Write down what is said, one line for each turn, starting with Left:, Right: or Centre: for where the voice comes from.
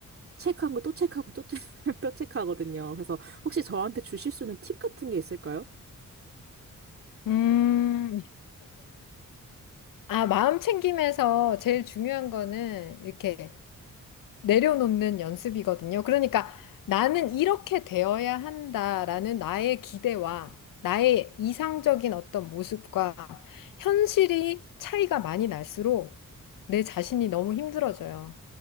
Right: 책한 걸 또 책하고 또 책, <laughs> 또 책하거든요. 그래서 혹시 저한테 주실 수 있는 팁 같은 게 있을까요?
Left: 음, 아, 마음 챙김에서 제일 중요한 거는 이렇게 내려놓는 연습이거든요. 그러니까 나는 이렇게 되어야 한다라는 나의 기대와 나의 이상적인 어떤 모습과 현실이 차이가 많이 날수록 내 자신이 너무 힘들어져요.